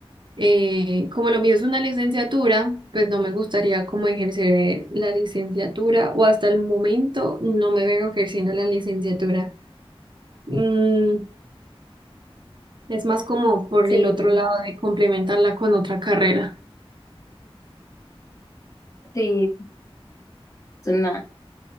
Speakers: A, on the right; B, on the left.
A: Eh, como lo mío es una licenciatura, pues no me gustaría como ejercer la licenciatura o hasta el momento no me veo ejerciendo la licenciatura. Mm, es más como por
B: Sí,
A: el otro
B: sí,
A: lado de complementarla con otra carrera.
B: sí, suena,